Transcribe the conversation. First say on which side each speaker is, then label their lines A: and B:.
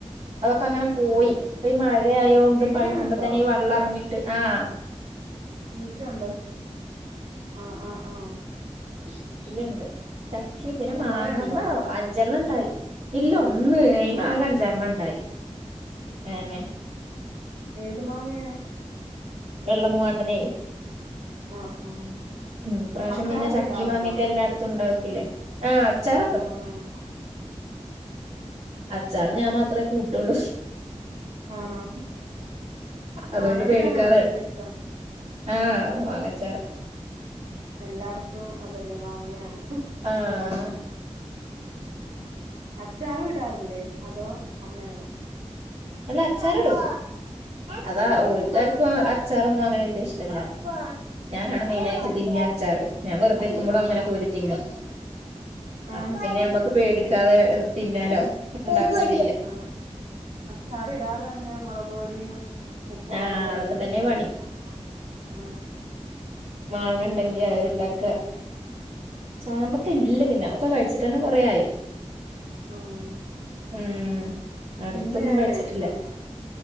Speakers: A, on the right; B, on the right.
A: അതൊക്കെ അങ്ങനെ പോയി
B: ആഹ്
A: ഇപ്പൊ ഈ മഴ ആയോണ്ട്
B: വീട്ടിലുണ്ടോ
A: പഴുക്കുമ്പോ തന്നെ ഈ വെള്ളം എറങ്ങിയിട്ട് ആഹ്
B: വീട്ടിലുണ്ടോ? ആഹ് ആഹ് ആഹ്
A: വീട്ടില്ണ്ട് ചക്കിം പിന്നെ മാങ്ങമ്മെ
B: കൊറേ ഉണ്ടോ
A: അഞ്ചെണ്ണം ഇണ്ടായി ഇല്ല ഒന്ന് അയ്മെ
B: ആഹ്
A: ആകെ അഞ്ചാറണ്ണണ്ടായി അതന്നെ
B: എന്ത് മാങ്ങയാ?
A: വെള്ള മൂവാണ്ടെനേ
B: ആഹ് ആഹ്
A: ഇപ്രാവിശ്യം
B: അച്ചാറൊക്കെ
A: പിന്നെ ചക്കിം
B: ഇടാറുണ്ടോ?
A: മാങ്ങിയൊക്കെ എല്ലായിടത്തും ഉണ്ടാക്കില്ലേ ആഹ് അച്ചാറൊക്കെ ഇടും
B: ആഹ്
A: അച്ചാറ് ഞാൻ മാത്രേ കൂട്ടൊള്ളൂ
B: ആണോ?
A: അതുകൊണ്ട്
B: മാങ്ങ അച്ചാറാണോ
A: പേടിക്കാതെ
B: ഏറ്റുയിഷ്ടം?
A: ആഹ് മാങ്ങച്ചാ
B: എല്ലാർക്കും അതല്ലേ മാങ്ങയാണ്
A: ആഹ്
B: അച്ചാറും ഇടാറില്ലേ അതോ അമ്മയാണോ?
A: അല്ല അച്ചാറ്ടും അതാ
B: ആഹ്
A: ഓല്ക്കാർകും അച്ചാറൊന്നും അങ്ങനെ വല്ല്യ ഇഷ്ട്ടല്ല. ഞാനാണ് മെയിനായിട്ട്
B: ഓഹ് ഓഹ്
A: തിന്ന അച്ചാറ് ഞാൻ വെറുതെയിരിക്കുമ്പളും
B: ആണോ
A: അങ്ങനെ കോരി തിന്നും. അപ്പൊ
B: ആണ്
A: പിന്നെ ഞമ്മക്ക് പേടിക്കാതെ തിന്നാലോ ഇണ്ടാക്കും ചെയ്യാ
B: ആണ് അച്ചാറിടാതെ തന്നെ മൊളക്പൊടിയും.. ഉപ്പൊക്കെ
A: ആഹ്
B: ഇട്ട് കഴിക്കുന്നെ
A: അതൊക്കെ തന്നെ
B: സെറ്റല്ലേ?
A: പണി
B: ഉം
A: മാങ്ങണ്ടെങ്കി അത് ഇണ്ടാക്ക ചാമ്പക്ക ഇല്ല പിന്നെ ഒക്കെ കഴിച്ചിട്ടന്നെ കൊറെയായി.
B: ആഹ്
A: ഉം അടുത്തൊന്നും
B: ഇന്ന് ഞാൻ
A: കഴിച്ചിട്ടില്ല.
B: കഴിച്ച്